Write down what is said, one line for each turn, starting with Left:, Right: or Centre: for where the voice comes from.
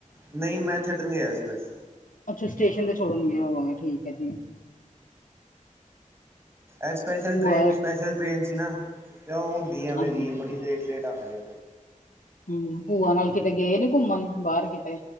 Right: ਨਹੀਂ ਮੈਂ ਛੱਡਣ ਗਿਆ ਸੀ ਬਸ
Left: ਅੱਛਾ ਸਟੇਸ਼ਨ ਤੇ ਛੋੜਨਗੇ ਹੋਵੋਗੇ ਠੀਕ ਹੈ ਜੀ
Right: ਏਹ ਸਪੈਸ਼ਲ
Left: ਭੂਆ
Right: ਟ੍ਰੇਨ ਸਪੈਸ਼ਲ ਟ੍ਰੇਨ ਸੀ ਨਾ ਤੇ ਓ ਹੁਣ ਮੇਰੀ
Left: ਹਾਂਜੀ,
Right: ਬੜੀ ਲੇਟ ਲੇਟ ਆਂਦੀ ਹਾ
Left: ਹਮ ਭੂਆ ਨਾਲ ਕਿਤੇ ਗਏ ਨੀ ਘੁੰਮਣ ਬਾਹਰ ਕਿਤੇ